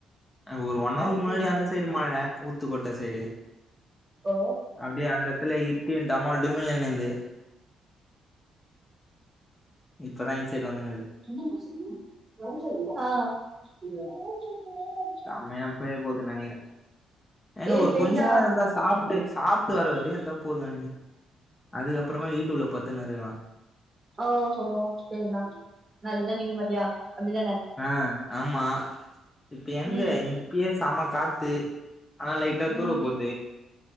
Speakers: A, on the left; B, on the right.
A: ஒரு ஒன் அவரு
B: அப்டியா
A: முன்னாடி அந்த சைடு மழ ஊத்துக்கொட்ட சைடு
B: ஓ
A: அப்டியே அந்தெடத்துலயெ <inaudible> டமால் டுமில் நிந்தது இப்ப தா இந்த சைடு வந்துங்குது
B: ஆ
A: செம்மையா பெய்ய போது நெனக்கிறே ஏங்க
B: ஏ
A: ஒரு
B: பேஞ்சா
A: கொஞ்ச நேரந்தா சாப்புட்டு சாப் ட்டு வர வரைக்கு இருந்தா போது அதுக்கப்புறமா வீட்டு உள்ள பத்துனுர்க்கறா
B: ஓஹோ சரிதா நல்ல நிம்மதியா அப்படிதானெ
A: ஆ ஆமா இப்ப எங்க
B: ம்
A: இப்பயே செம்ம காத்து ஆனா லைட்டா
B: ம்
A: தூரல் போட்து